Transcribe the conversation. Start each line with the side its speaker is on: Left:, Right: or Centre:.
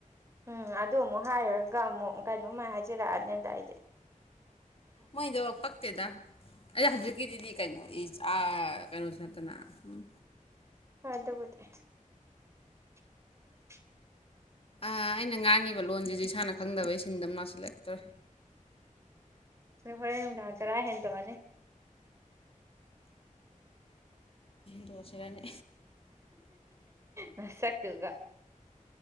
Right: ꯎꯝ ꯑꯗꯨ ꯑꯃꯨꯛ ꯍꯥꯏꯔꯒ ꯑꯃꯨꯛ ꯀꯩꯅꯣꯃꯥꯏ ꯍꯥꯏꯖꯔꯛꯑꯅꯤ ꯑꯗ ꯑꯩꯗꯤ
Left: ꯃꯣꯏꯗꯣ ꯄꯛꯛꯇꯦꯗ ꯑꯩ ꯍꯧꯟꯖꯤꯛꯀꯤꯗꯨꯗꯤ ꯀꯩꯅꯣ ꯏꯁ ꯀꯩꯅꯣꯁꯨ ꯅꯠꯇꯅ ꯎ
Right: ꯑ ꯑꯗꯨꯕꯨꯗꯦ <inaudible>
Left: ꯑꯩꯅ ꯉꯥꯡꯉꯤꯕ ꯂꯣꯟꯁꯤꯁꯨ ꯏꯁꯥꯅ ꯈꯪꯗꯕꯩ ꯁꯤꯟꯗꯧꯅꯎꯁꯤꯂꯦꯛꯇꯔꯤꯦ
Right: ꯅ ꯍꯣꯔꯦꯟ ꯅꯨꯡꯗꯥꯡ ꯆꯔꯥ ꯍꯦꯟꯗꯣꯛꯑꯅꯤ
Left: ꯗꯣ ꯆꯩꯔꯅꯤ
Right: ꯃꯁꯥꯛꯇꯒ